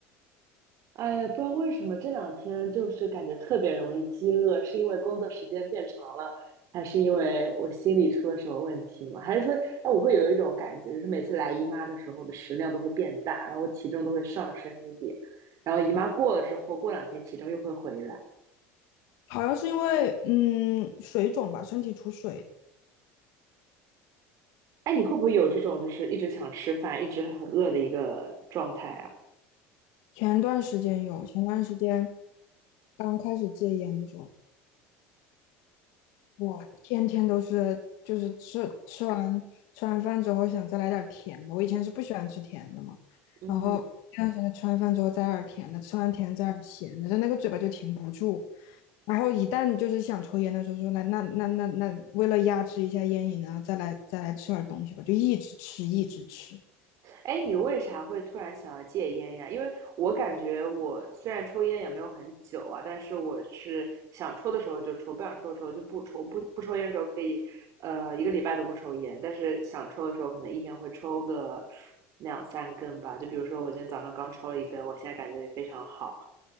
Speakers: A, on the right (about 55°); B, on the left (about 70°).
A: 哎呀，不知道为什么这两天就是感觉特别容易饥饿，是因为工作时间变长了，还是因为我心里出了什么问题吗？还是说，哎，我会有一种感觉，就是每次来姨妈的时候，我的食量都会变大，然后我体重都会上升一点，然后姨妈过了之后，过两天体重又会回来。
B: 好像是因为嗯水肿吧，身体出水。
A: 哎，你会不会有这种就是一直想吃饭，一直很饿的一个状态啊？
B: 前段时间有，前段时间刚开始戒烟的时候。我天天都是，就是吃吃完吃完饭之后想再来点儿甜的。我以前是不喜欢吃甜的嘛，
A: 嗯
B: 然后那段时间吃完饭之后再来点儿甜的，吃完甜再来点儿咸的，就那个嘴巴就停不住。然后一旦就是想抽烟的时候说，那那那那那，为了压制一下烟瘾呢，再来再来吃点儿东西吧，就一直吃一直吃。
A: 哎，你为啥会突然想要戒烟呀？因为我感觉我虽然抽烟也没有很久啊，但是我是想抽的时候就抽，不想抽的时候就不抽。不不抽烟的时候可以，呃，一个礼拜都不抽烟，但是想抽的时候可能一天会抽个两三根吧。就比如说我今天早上刚抽了一根，我现在感觉也非常好。